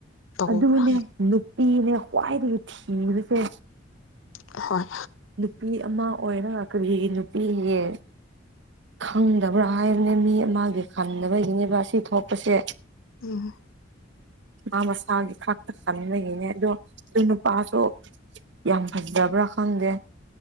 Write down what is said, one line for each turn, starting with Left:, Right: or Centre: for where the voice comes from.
Left: ꯇꯧꯕ꯭ꯔꯥ
Right: ꯑꯗꯨꯅꯦ ꯅꯨꯄꯤꯅꯦ ꯈ꯭ꯋꯥꯏꯗꯒꯤ ꯊꯤꯕꯁꯦ꯫
Left: ꯍꯣꯏ꯫
Right: ꯅꯨꯄꯤ ꯑꯃ ꯑꯣꯏꯔ ꯀꯔꯤꯒꯤ ꯅꯨꯄꯤ ꯌꯦ ꯈꯪꯗꯕ꯭ꯔꯥ ꯍꯥꯏꯕꯅꯦ ꯃꯤ ꯑꯃꯒꯤ ꯈꯪꯗꯕꯒꯤꯅꯦꯕ ꯑꯁꯤ ꯊꯣꯛꯄꯁꯦ꯫
Left: ꯎꯝ꯫
Right: ꯃꯥ ꯃꯁꯥꯒꯤ ꯈꯥꯛꯇ ꯈꯟꯕꯒꯤꯅꯦ ꯑꯗꯣ ꯑꯗꯨ ꯅꯨꯄꯥꯁꯨ ꯌꯥꯝ ꯐꯖꯕ꯭ꯔꯥ ꯈꯪꯗꯦ꯫